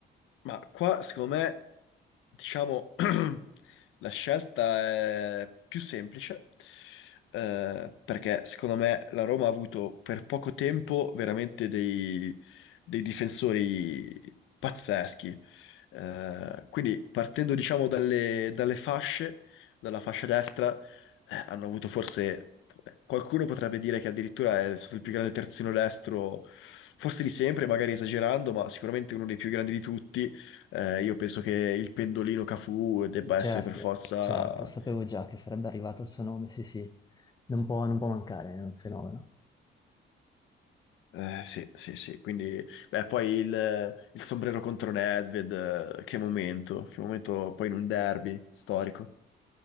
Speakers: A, on the left; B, on the left.
A: Ma qua, secondo me, diciamo, <clears throat> la scelta è più semplice, eh, perché secondo me la Roma ha avuto per poco tempo veramente dei, dei difensori pazzeschi. Eh, quindi partendo, diciamo, dalle, dalle fasce, dalla fascia destra, eh, hanno avuto forse... eh, Qualcuno potrebbe dire che addirittura è stato il più grande terzino destro, forse di sempre, magari esagerando, ma sicuramente uno dei più grandi di tutti. Eh, io penso che il pendolino Cafu debba
B: Certo,
A: essere per forza...
B: certo, sapevo già che sarebbe arrivato il suo nome, sì, sì. Non può, non può mancare, è un fenomeno.
A: eh, sì, sì, sì, quindi... Beh, poi il, il sombrero contro Nedved, eh, che momento, che momento poi in un derby storico.